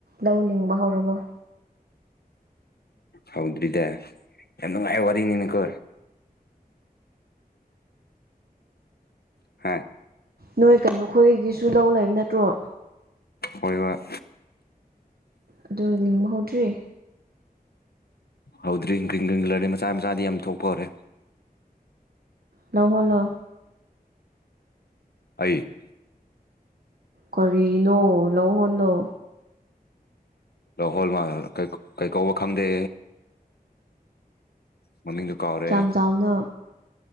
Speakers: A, on the right (about 75°); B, on the left (about 85°).
A: ꯂꯧ ꯂꯤꯡꯕ ꯍꯧꯔꯕꯣ
B: ꯍꯧꯗ꯭ꯔꯤꯗ ꯌꯥꯝ ꯅꯨꯉꯥꯏ ꯋꯥꯔꯤꯅꯤꯅꯦꯀꯣ ꯍꯥꯥ
A: ꯅꯣꯏ ꯀꯩꯅꯣ ꯈꯣꯏꯒꯤꯁꯨ ꯂꯧ ꯂꯩꯕ ꯅꯠꯇ꯭ꯔꯣ
B: ꯍꯣꯏꯕ
A: ꯑꯗꯨ ꯂꯤꯡꯕ ꯍꯧꯗ꯭ꯔꯤ
B: ꯍꯧꯗ꯭ꯔꯤ ꯒ꯭ꯔꯤꯡ ꯒ꯭ꯔꯤꯡ ꯂꯩꯔꯦ ꯃꯆꯥ ꯃꯆꯥꯗꯤ ꯌꯥꯝ ꯊꯣꯛꯄ ꯍꯧꯔꯦ
A: ꯂꯧꯍꯣꯜꯂꯣ
B: ꯑꯩ
A: ꯀꯔꯤꯅꯣ ꯂꯧꯍꯣꯟꯂꯣ
B: ꯂꯧꯍꯣꯜꯋꯥ ꯀꯩ ꯀꯧ ꯀꯩ ꯀꯧꯕ ꯈꯪꯗꯦ ꯃꯃꯤꯡꯗꯨ ꯀꯥꯎꯔꯦ
A: ꯀꯌꯥꯝ ꯆꯥꯎꯕꯅꯣ